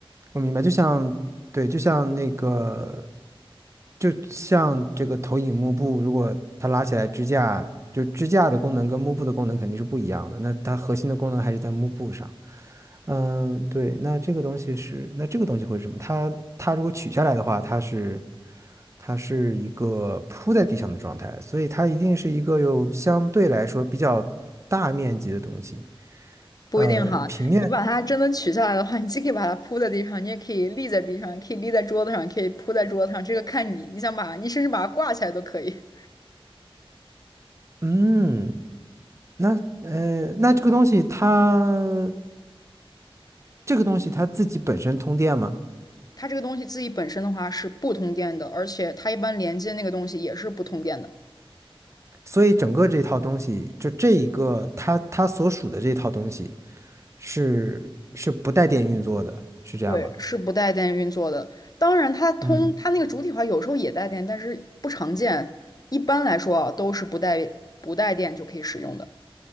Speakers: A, on the right; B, on the left.
A: 我明白，就像对，就像那个，就像这个投影幕布，如果它拉起来支架，就支架的功能跟幕布的功能肯定是不一样的。那它核心的功能还是在幕布上。嗯，对，那这个东西是，那这个东西会是什么？它它如果取下来的话，它是它是一个铺在地上的状态，所以它一定是一个有相对来说比较大面积的东西。
B: 不一定哈。
A: 呃，平面，
B: 你把它真的取下来的话，你既可以把它铺在地上，你也可以立在地上，可以立在桌子上，可以铺在桌子上，这个看你，你想把你甚至把它挂起来都可以。
A: 嗯。那呃，那这个东西它这个东西它自己本身通电吗？
B: 它这个东西自己本身的话是不通电的，而且它一般连接那个东西也是不通电的。
A: 所以整个这套东西，就这一个它它所属的这套东西是是不带电运作的，是这样吗？
B: 对，是不带电运作的。当然，它通它那个主体化有时候也带电，
A: 嗯，
B: 但是不常见。一般来说啊，都是不带不带电就可以使用的。